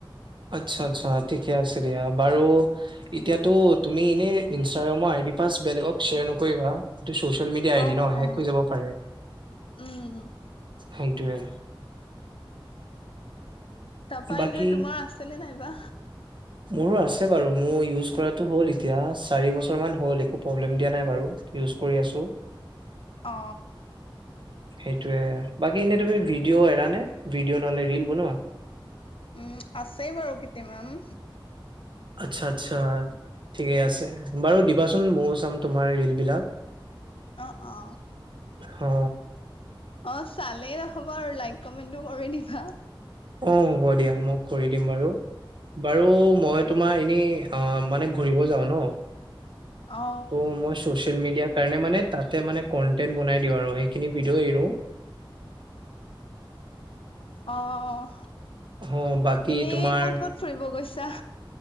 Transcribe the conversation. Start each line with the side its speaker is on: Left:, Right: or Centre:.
Right: আচ্ছা আচ্ছা ঠিকে আছে। দিয়া বাৰু এতিয়াতো তুমি এনে ইনষ্টাগ্ৰামৰ আইডি পাছ বেলেগক শ্বেয়াৰ নকৰিবা। এই ছচিয়েল মিডিয়া এদিন
Left: অ অ
Right: হেক হৈ যাব পাৰে।
Left: উম
Right: সেইটোয়ে
Left: তাপা
Right: বাকী
Left: এনেই তোমাৰ আছেনে নাইবা?
Right: মোৰো আছে বাৰু মোৰ ইউজ কৰাতো হ'ল এতিয়া চাৰি বছৰ মান হ'ল একো প্ৰব্লেম দিয়া নাই বাৰু। ইউজ কৰি আছোঁ।
Left: অ
Right: সেইটোয়ে বাকী এনেই তুমি ভিডিঅ' এৰা নে, ভিডিঅ' নহ'লে ৰিল বনোৱা?
Left: উম আছে বাৰু কেইটামান
Right: আচ্ছা আচ্ছা ঠিকে আছে বাৰু দিবাচোন ময়ো চাম তোমাৰ ৰিল বিলাক
Left: অ অ।
Right: অ।
Left: অ চালেই নহ'ব আৰু লাইক কমেন্টো কৰি দিবা।
Right: অ হ'ব দিয়া মই কৰি দিম বাৰু। বাৰু মই তোমাৰ এনেই অ মানে ঘূৰিব যাওঁ ন।
Left: অ
Right: ত মই ছচ- মিডিয়াৰ কাৰণে মানে তাতে মানে কন্টেন্ট বনাই দিওঁ আৰু সেইখিনি ভিডিঅ' এৰো।
Left: অহ।
Right: অ' বাকী
Left: এনেই
Right: তোমাৰ
Left: ক'ত ক'ত ফুৰিব গৈছা?